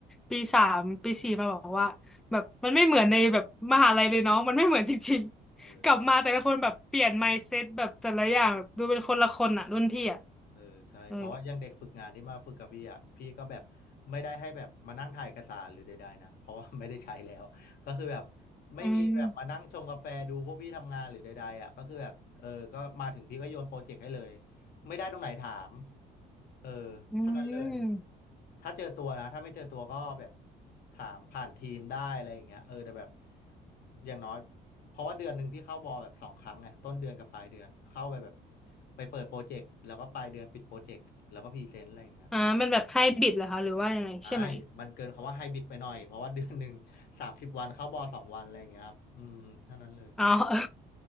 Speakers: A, in the centre; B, on the left.
A: ปีสามปีสี่มาบอกว่าแบบมันไม่เหมือนในแบบมหาลัยเลยเนาะมันไม่เหมือนจริงๆกลับมาแต่ละคนแบบเปลี่ยน
B: เออ
A: mindset แบบแต่ละอย่างแบบดูเป็นคนละคนอ่ะรุ่นพี่อ่ะ
B: เออใช่เพราะว่าอย่างเด็กฝึกงานที่มาฝึกกับพี่อ่ะพี่ก็แบบไม่ได้ให้แบบมานั่งถ่ายเอกสารหรือใดๆนะเพราะว่าไม่ได้ใช้แล้วก็คือแบบ
A: เออ
B: ไม่มีแบบมานั่งชงกาแฟดูพวกพี่ทำงานหรือใดๆอ่ะก็คือแบบเออก็มาถึงพี่ก็โยนโปรเจกต์ให้เลย
A: อืม
B: ไม่ได้ตรงไหนถามเออ
A: อืม
B: เท่านั้นเลย ถ้าเจอตัวนะถ้าไม่เจอตัวก็แบบถามผ่านทีมได้อะไรอย่างเงี้ยเออแต่แบบอย่างน้อยเพราะว่าเดือนหนึ่งพี่เข้าบอลแบบสองครั้งไงต้นเดือนกับปลายเดือนเข้าไปแบบไปเปิดโปรเจกต์แล้วก็ปลายเดือนปิดโปรเจกต์แล้วก็พรีเซนต์อะไรอย่างเงี้ยเออ
A: อ่ามันแบบไฮบริดเหรอคะหรือว่ายังไงใช่ไหม
B: ใช่มันเกินคำว่าไฮบริดไปหน่อยเพราะว่าเดือนหนึ่ง <laughs> สามสิบวันเข้าบอลสองวันอะไรอย่างเงี้ยครับอืมเท่านั้นเลย
A: อ๋อเออ